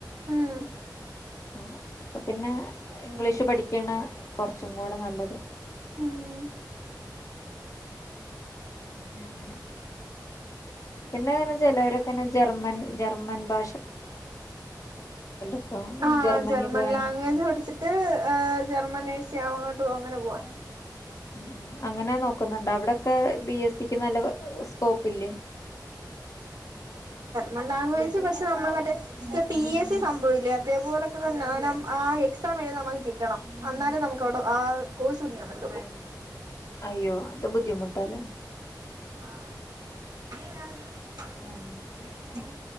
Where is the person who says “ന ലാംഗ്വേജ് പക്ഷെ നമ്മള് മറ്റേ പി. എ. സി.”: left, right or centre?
Right